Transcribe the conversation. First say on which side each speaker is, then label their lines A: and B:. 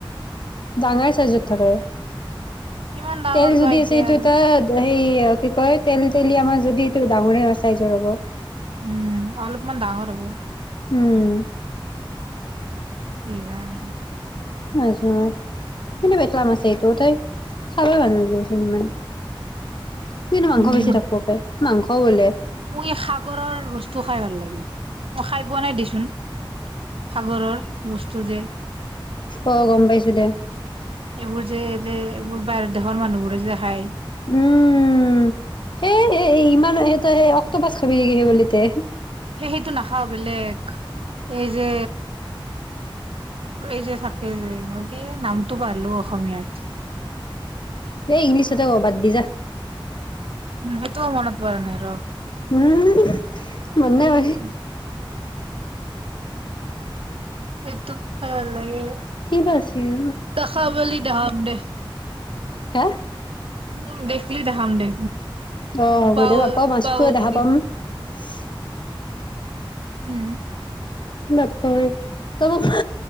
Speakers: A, on the left; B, on the right.
A: ডাঙাই চাইজত থাকে
B: কিমান ডাঙৰ
A: তেল যদি
B: বা এতিয়া
A: আছে সেইটো
B: আৰু
A: ত এই কি কয় তেল তেলিয়া মাছ যদি এইটো ডাঙৰে চাইজৰ হব
B: উম অলপমান ডাঙৰ হ'ব
A: উম
B: এইবাৰ
A: নাজনো নহয় কিন্তু পেটলা মাছ এইটোত এই খাবই ভাল নালাগিবচোন ইমান কিন্তু মাংস
B: উম
A: বেছি থাকিব পাৰে মাংস বলে।
B: মোক ই সাগৰৰ বস্তু খাই ভাল লাগে। মই খাই পোৱা নাই দেচোন সাগৰৰ বস্তু যে।
A: অ গম পাইছো দে।
B: এইবোৰ যে যে এইবোৰ বাহিৰত দেখৰ মানুহবোৰে যে খায়।
A: উম সেই ইমান এ অক্টোপাচ খবি নেকি হেই বুলি তে?
B: সেই সেইটো নাখাও বেলেগ। এই যে এই যে থাকে যে, মই কি নামটো পাহৰিলোঁ অসমীয়াত।
A: এই ইংলিছতে ক', বাদ দি যা
B: উ সেইটোও মনত পৰা নাই ৰ।
A: উম <inaudible> মানে
B: উম
A: <inaudible>
B: সেইটো খাই ভাল লাগে।
A: কি বা আছিল
B: ত খাবলী <unintelligible> দে
A: হে?
B: উম দেখলি দেখাম দে।
A: অ হ'ব
B: পাও
A: দে বাপা মাছটো
B: পাও
A: দেখা
B: যদি
A: পাম। <unintelligible>
B: উম।
A: নাপাওয়ে ত মোক